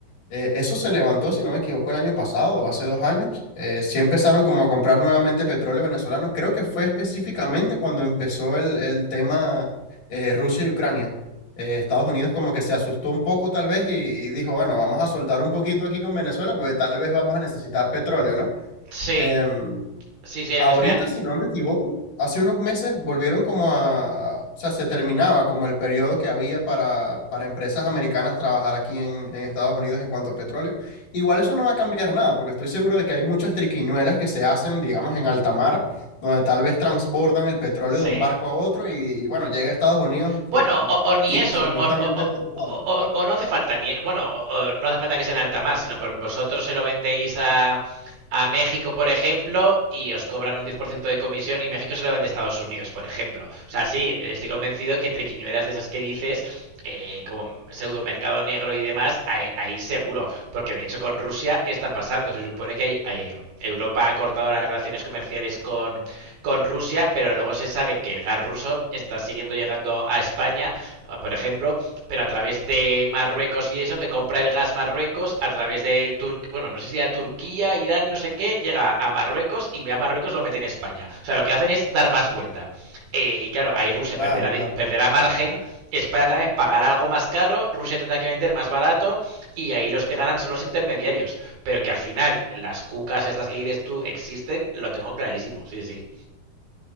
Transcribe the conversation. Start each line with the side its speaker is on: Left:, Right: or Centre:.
Left: Eh, eso se levantó, si no me equivoco, el año pasado o hace dos años. Eh, sí empezaron como a comprar nuevamente petróleo venezolano. Creo que fue específicamente cuando empezó el, el tema eh, Rusia y Ucrania. Eh, Estados Unidos como que se asustó un poco tal vez y, y dijo, bueno, vamos a soltar un poquito aquí con Venezuela porque tal vez vamos a necesitar petróleo, ¿no?
Right: Sí,
Left: Em,
Right: sí, sí, en
Left: Ahorita,
Right: España.
Left: si no me equivoco, hace unos meses volvieron como a, o sea, se terminaba como el periodo que había para, para empresas americanas trabajar aquí en, en Estados Unidos en cuanto a petróleo. Igual eso no va a cambiar nada, porque estoy seguro de que hay muchas triquiñuelas que se hacen, digamos, en alta mar, donde tal vez transbordan el petróleo
Right: Sí,
Left: de un barco a otro y, bueno, llega a Estados Unidos
Right: Bueno,
Left: co-
Right: o, o ni
Left: y
Right: eso,
Left: que supuestamente
Right: o, o- o-
Left: es de otro lado.
Right: o o no hace falta ni, bueno, o- o no hace falta que sea en alta mar, sino por- vosotros se lo vendéis a, a México, por ejemplo, y os cobran un 10% de comisión y México se lo vende a Estados Unidos, por ejemplo. O sea, sí, estoy convencido que triquiñuelas de esas que dices, eh, como pseudo mercado negro y demás, ahí, ahí seguro, porque de hecho con Rusia está pasando. Se supone que hay- hay- Europa ha cortado las relaciones comerciales con, con Rusia, pero luego se sabe que el gas ruso está siguiendo llegando a España, eh, por ejemplo, pero a través de Marruecos y eso, que compra el gas Marruecos, a través de, Tur bueno, no sé si a Turquía, Irán, no sé qué, llega a Marruecos y a Marruecos lo mete en España. O sea, lo que hacen es dar más vuelta. Eh, y claro, ahí Rusia
Left: Claro,
Right: perderá,
Left: claro.
Right: perderá margen, España también pagará algo más caro, Rusia tendrá que vender más barato y ahí los que ganan son los intermediarios. Pero que al final las cucas estas que dices tú existen, lo tengo clarísimo, sí, sí.